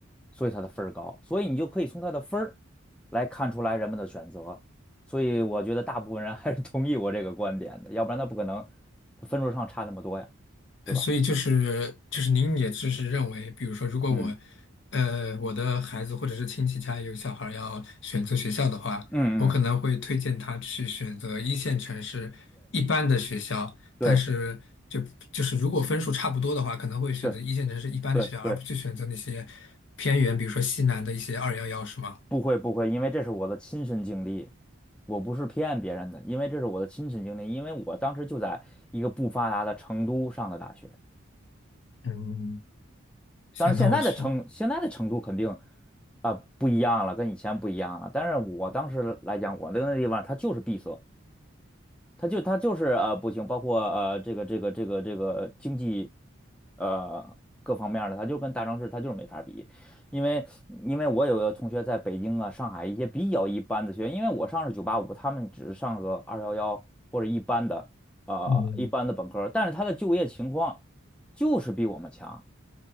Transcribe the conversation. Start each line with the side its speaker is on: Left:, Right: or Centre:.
Centre: 所以他的分儿高，所以你就可以从他的分儿来看出来人们的选择。所以我觉得大部分人 <laughs> 还是同意我这个观点的，要不然他不可能他分数上差那么多呀，对吧？
Left: 呃所以就是就是您也就是认为，比如说，如果我，
Centre: 嗯
Left: 呃，我的孩子或者是亲戚家有小孩儿要选择学校的话，
Centre: 嗯嗯，
Left: 我可能会推荐他去选择一线城市一般的学校，
Centre: 对
Left: 但是就就是如果分数差不多的话，可能会选择一线城市一般的学校，
Centre: 对对对对。
Left: 而不去选择那些偏远，比如说西南的一些二幺幺，是吗？
Centre: 不会不会，因为这是我的亲身经历，我不是骗别人的，因为这是我的亲身经历，因为我当时就在一个不发达的成都上的大学，
Left: 嗯，行，
Centre: 当然现在的成现在的成都肯定
Left: 那我去。
Centre: 啊、不一样了，跟以前不一样了，但是我当时来讲，我那个地方它就是闭塞，他就他就是呃不行，包括呃这个这个这个这个经济呃各方面儿的，他就跟大城市他就是没法比，因为因为我有个同学在北京啊、上海一些比较一般的学院，因为我上是九八五，他们只是上个二幺幺或者一般的呃一般的本科儿但是他的就业情况
Left: 嗯
Centre: 就是比我们强。